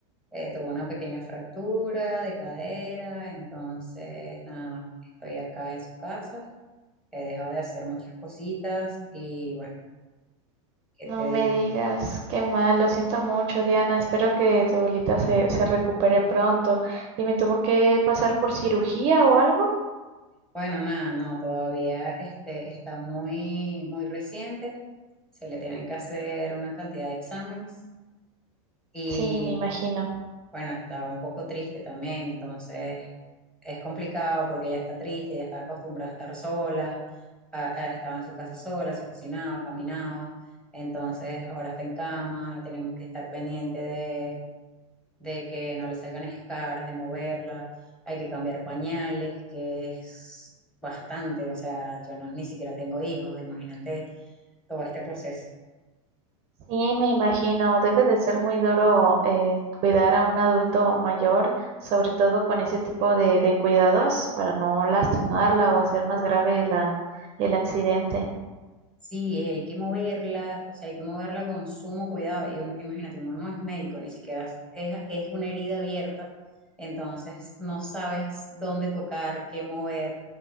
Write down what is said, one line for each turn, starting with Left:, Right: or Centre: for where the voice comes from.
Centre: eh, tuvo una pequeña fractura de cadera, entonces nada, estoy acá en su casa, he dejado de hacer muchas cositas y bueno, ¿qué
Right: No
Centre: te digo?
Right: me digas, qué mal, lo siento mucho Diana, espero que tu abuelita se, se recupere pronto. ¿Y me tuvo que pasar por cirugía o algo?
Centre: Bueno, nada, no, todavía este, está muy, muy reciente, se le tienen que hacer una cantidad de exámenes. Y
Right: Sí, me imagino.
Centre: bueno, estaba un poco triste también, entonces es complicado porque ella está triste, ella está acostumbrada a estar sola, a- a- estaba en su casa sola, se cocinaba, caminaba, entonces ahora está en cama, tenemos que estar pendiente de, de que no le salgan escaras, de moverla, hay que cambiar pañales, que es bastante, o sea, yo no- ni siquiera tengo hijos, imagínate todo este proceso.
Right: Sí, me imagino, debe de ser muy duro eh, cuidar a un adulto mayor, sobre todo con ese tipo de, de cuidados para no lastimarla o hacer más grave la, el accidente.
Centre: Sí, eh, hay que moverla, o sea, hay que moverla con sumo cuidado. Y uno, imagínate, uno no es médico, ni siquiera es, es es una herida abierta, entonces no sabes dónde tocar, qué mover,